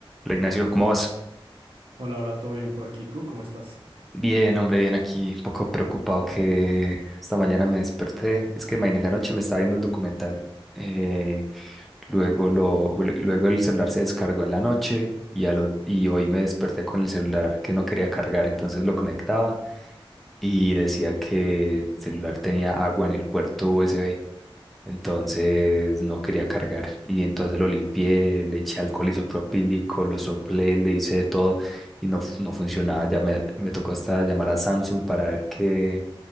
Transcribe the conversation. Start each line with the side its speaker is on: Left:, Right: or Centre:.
Centre: Hola, Ignacio, ¿cómo vas?
Right: Hola, hola, ¿todo bien por aquí? ¿Tú cómo estás?
Centre: Bien, hombre, bien aquí, un poco preocupado que esta mañana me desperté. Es que imagínese, anoche me estaba viendo un documental. eh, luego, lo, luego el celular se descargó en la noche y, a lo y hoy me desperté con el celular que no quería cargar, entonces lo conectaba y decía que el celular tenía agua en el puerto USB. Entonces no quería cargar. Y entonces lo limpié, le eché alcohol isopropílico, lo soplé, le hice de todo y no, fu- no funcionaba. Ya me, me tocó hasta llamar a Samsung para ver qué,